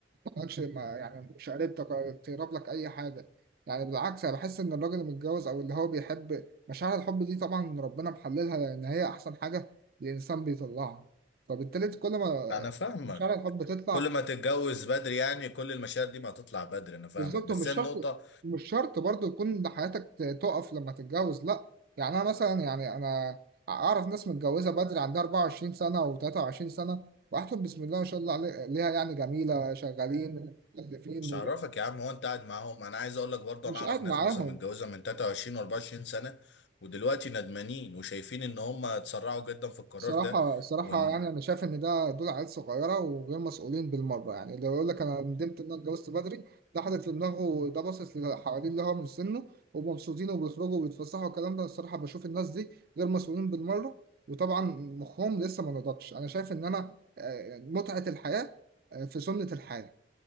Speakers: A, on the right; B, on the left.
A: ماكش ما يعني مش قريبتك ولا تقرب لك اي حاجه يعني بالعكس انا بحس ان الراجل المتجوز او اللي هو بيحب مشاعر الحب دي طبعا ربنا محللها لان هي احسن حاجه الانسان بيطلعها فبالتالي كل ما
B: انا فاهمك
A: مشاعر الحب تطلع
B: كل ما تتجوز بدري يعني كل المشاعر دي ما هتطلع بدري انا فاهمك
A: بالظبط
B: بس
A: ومش
B: هي
A: شرط
B: النقطة
A: مش شرط برضو يكون حياتك ت- تقف لما تتجوز لا يعني انا مثلا يعني انا اعرف ناس متجوزه بدري عندها 24 سنه و23 سنه واحتفل بسم الله ما شاء الله علي- ليها يعني جميله شغالين مكلفين
B: مش هعرفك يا عم هو انت قاعد معاهم انا عايز اقول لك برضه
A: مش
B: انا اعرف
A: قاعد
B: ناس
A: معاهم
B: مثلا متجوزة من 23 و 24 سنة ودلوقتي ندمانين وشايفين ان هم اتسرعوا جدا في القرار
A: صراحة
B: ده
A: صراحة
B: وان
A: يعني أنا شايف إن ده دول عيال صغيرة وغير مسؤولين بالمرة يعني لو يقول لك أنا ندمت إن أنا اتجوزت بدري ده حاطط في دماغه ده باصص للي حواليه اللي هو من سنه ومبسوطين وبيخرجوا وبيتفسحوا والكلام ده الصراحة بشوف الناس دي غير مسؤولين بالمرة وطبعا مخهم لسه ما نضجش أنا شايف إن أنا آه، متعة الحياة آه، في سنة الحياة